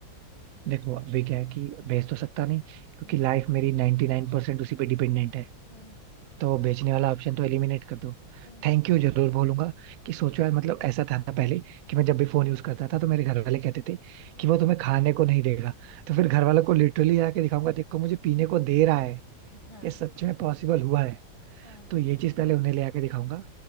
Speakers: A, on the right; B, on the left.
A: देखो अभी क्या है कि बेच तो सकता नहीं क्योंकि
B: हम्म
A: लाइफ मेरी 99% उसी पे डिपेंडेंट है
B: हम्म
A: तो बेचने वाला ऑप्शन तो एलिमिनेट कर दो
B: हम्म,
A: थैंक यू जरूर बोलूंगा कि सोचो यार मतलब ऐसा था ना पहले कि मैं जब भी फोन यूज करता था तो मेरे घर वाले कहते थे कि वो तुम्हें खाने को नहीं देगा तो फिर घर वालों को लिटरली आके दिखाऊंगा देखो मुझे पीने को दे रहा है
B: हाँ
A: ये सच में पॉसिबल हुआ है
B: हाँ
A: तो ये चीज पहले उन्हें ले आके दिखाऊंगा